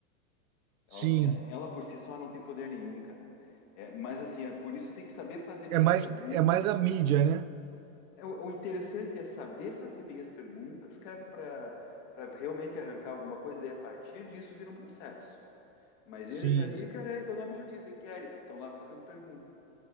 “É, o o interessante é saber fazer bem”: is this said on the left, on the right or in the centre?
Left